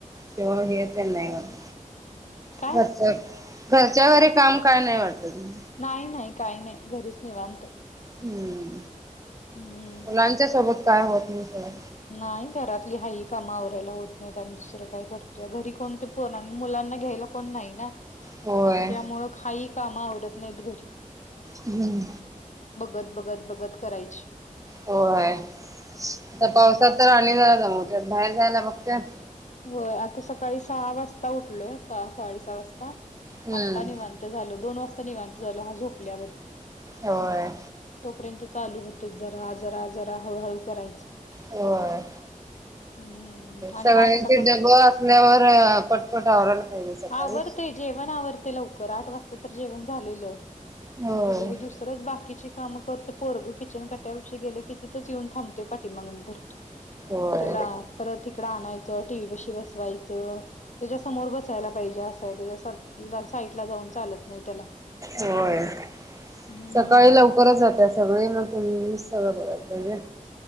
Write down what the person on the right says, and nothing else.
शेवण हेे तेन नाही वाटतं.
करतोय घरच्या घरी काम काय नाही वाटत तुही
हम्म
मुलांच्या सोबत काय होत नाही सगळ
होय
हम्म
होय आता
पावसात तर आणि झा मग त्यात बाहेर जायला बघते
हम्म.
होय
होय.
सगळ्यांचे
डबं असल्यावर पटपट आवरायला पाहिजे सकाळी.
होय
होय
होय
सकाळी लव परत होात सगळे मग तुम्ही सगळं बघायला पाहिजे